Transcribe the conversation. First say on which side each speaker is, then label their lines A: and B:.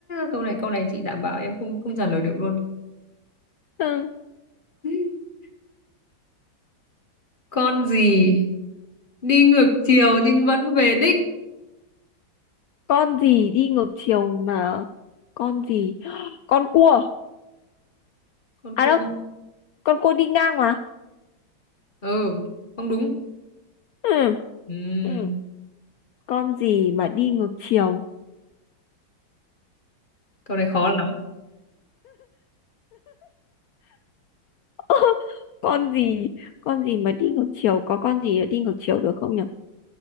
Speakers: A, on the left; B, on the left.
A: câu này câu này chị đảm bảo em không không trả lời được luôn
B: ừ.
A: <laughs> con gì đi ngược chiều nhưng vẫn về đích
B: con gì đi ngược chiều mà con gì <gasps> con cua
A: con
B: à
A: cua
B: đâu con cua đi ngang mà
A: ừ không đúng
B: ừ.
A: Ừm,
B: Ừ. con gì mà đi ngược chiều
A: câu này khó lắm
B: <laughs> con gì con gì mà đi ngược chiều có con gì mà đi ngược chiều được không nhỉ